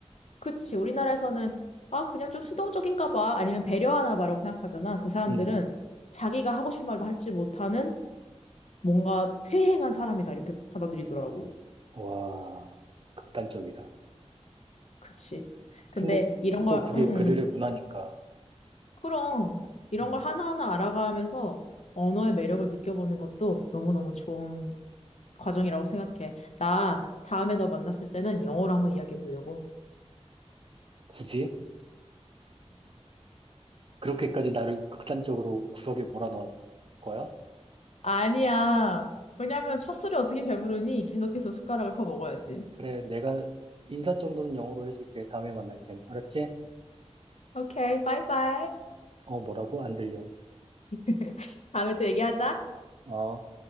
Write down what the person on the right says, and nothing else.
음,
와, 극단적이다.
근데
또 그게
그들의
문화니까
음,
굳이 그렇게까지 나를 극단적으로 구석에 몰아넣을 거야?
그래, 내가 인사 정도는 영어로 해줄게. 다음에 만날 땐. 알았지?
어, 뭐라고? 안 들려.
어.